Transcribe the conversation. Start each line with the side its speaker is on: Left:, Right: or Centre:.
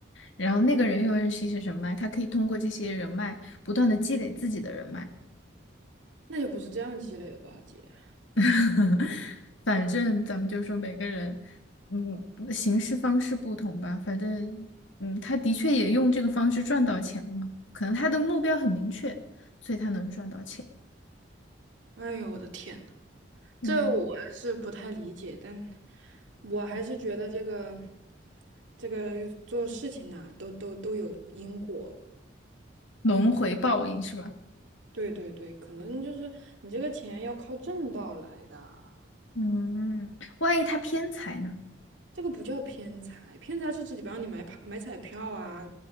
Left: 然后那个人又认识一些人脉，他可以通过这些人脉不断的积累自己的人脉。
Right: 那也不是这样积累的吧，姐？
Left: <laughs> 反正咱们就说每个人，嗯，行事方式不同吧。反正，嗯，他的确也用这个方式赚到钱了嘛，可能他的目标很明确，所以他能赚到钱。
Right: 哎呦，我的天呐！
Left: 嗯，
Right: 这我是不太理解，但我还是觉得这个这个做事情呐、都都都有因果。
Left: 轮回报应是吧？
Right: 对对对，可能就是你这个钱要靠正道来的，
Left: 嗯，万一他偏财呢？
Right: 这个不叫偏财，偏财是指比方你买跑买彩票啊，